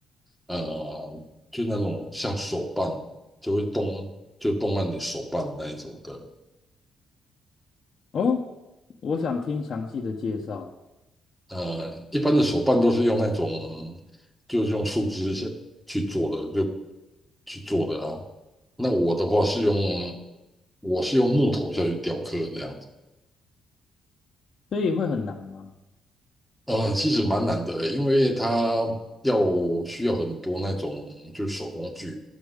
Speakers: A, in the centre; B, on the left.
A: 呃，就那种像手办，就会动，就动漫的手办那一种的。
B: 哦，我想听详细的介绍，
A: 呃，一般的手办都是用那种，就是用树枝去去做的，就去做的啊。那我的话是用，我是用木头下去雕刻这样。子。
B: 所以会很难吗？
A: 嗯，其实蛮难的，因为它要需要很多那种就是手工具，